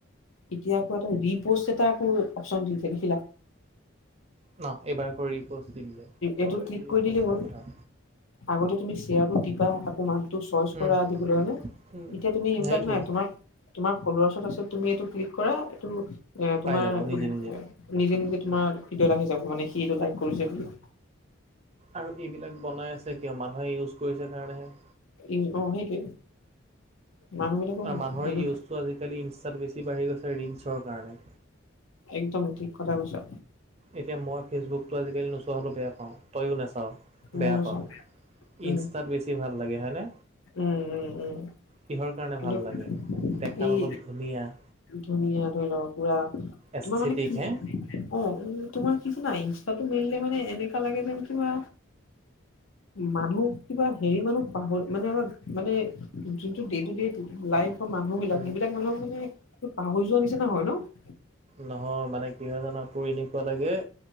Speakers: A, on the left; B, on the right.
A: ইতিহাসটো আকৌ ৰিপ'ষ্ট এটা আকৌ অপচন দিছে দেখিলা?
B: ন'? এইবাৰ আকৌ ৰিপ'ষ্ট দি দিলে। হয়
A: এইটো ক্লিক
B: দেই
A: কৰি দিলেই
B: সঁচা
A: হ'ল
B: কথা।
A: আগতে তুমি শ্বেয়াৰবোৰ টিপা আকৌ মানুহটোক ছুইচ
B: উম,
A: কৰা দিবলৈ হয় নে?
B: উম,
A: এতিয়া তুমি এইবিলাক
B: সেইটোৱে
A: নাই তোমাক তোমাৰ ফল্লোৱাচত আছে তুমি এইটো ক্লিক কৰা এইটো এ
B: পাই
A: তোমাৰ
B: যাব
A: এইটো
B: নিজে নিজে।
A: নিজে নিজে তোমাৰ ভিডিঅ'ত আহি যাব মানে সি তোক লাইক কৰিছে বুলি।
B: আৰু এইবিলাক বনাই আছে কিয় মানুহে ইউজ কৰিছে কাৰণেহে।
A: ই অঁ সেইটোৱে। মানুহ বিলাকৰ
B: <unintelligible> মানুহৰ ইউজটো আজিকালি ইষ্ট্ৰাত বেছি বাঢ়ি গৈছে ৰীলচৰ কাৰণে।
A: একদম ঠিক কথা কৈছা।
B: এতিয়া মই ফেচবুকটো আজিকালি নোচোৱা হ'লো বেয়া পাওঁ। তইয়ো নাচাৱ,
A: ময়ো
B: বেয়া
A: নাচাওঁ
B: পাৱ।
A: উম
B: ইনষ্ট্ৰাত বেছি ভাল লাগে হয়নে?
A: উম, উম উম।
B: কিহৰ কাৰণে
A: কিন্তু
B: ভাল লাগে? দেখাত
A: এই
B: অলপ ধুনীয়া।
A: ধুনীয়া ধৰিলোৱা পুৰা।
B: এস্থেটিক
A: তোমাৰ মানে কি
B: হে
A: অঁ, উম তোমাৰ কিছু নাই ইনষ্ট্ৰাটো মিলিলে মান এনেকা লাগে যেন কিবা মানুহ কিবা হেৰি মানুহ পাহৰি মানে আমাৰ মানে, যোনটো দে টো দেই লাইফ ফৰ মানুহবিলাক
B: উম,
A: সেইবিলাক মানুহক মানে পাহৰি যোৱা নিচিনা হয় ন'?
B: নহয় মানে কি হয় জানা? টু এনেকুৱা লাগে